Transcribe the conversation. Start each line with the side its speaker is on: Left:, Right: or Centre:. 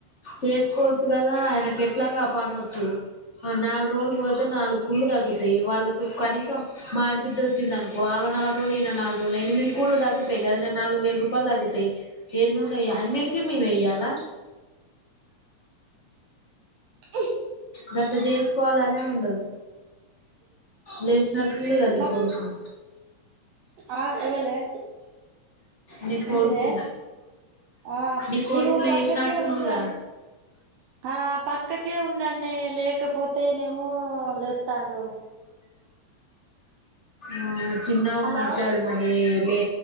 Left: చేసుకోవచ్చు గదా ఆయనకెట్లాగు ఆ పనొచ్చు నాలుగు రోలు పోతే నాలుగు కుళ్ళు తగ్గుతాయి వాళ్ళతో కనీసం మాడిబిడ్డ వచ్చిందనుకో ఆమ నాల్ రోలు ఇనా నాల్ రోలు ఎనిమిది కూళ్లు తగ్గుతాయి కదనే నాలుగు వేల రూపాలు తగ్గుతయి ఏంన్రున్నాయి అన్ని <inaudible> అన్నిటికి మేమే ఇయ్యాల
Right: ఆ
Left: గట్లా చేసుకోవాలనే ఉండదు లేసినట్టుండుగా నీ
Right: ఆ
Left: కొడుకు
Right: ఆ ఎవలే
Left: నీ కొడుకు
Right: ఏంటిదే ఆ
Left: నీ కొడుకు
Right: ఇగో
Left: లేచినట్టుండుగా
Right: పక్కకే ఉండల్ ఆ పక్కకే ఉన్ నన్నే లేకపోతేనేమో లేత్తండు
Left: ఆ చిన్నగా
Right: హలో
Left: మాట్లాడు మరి లే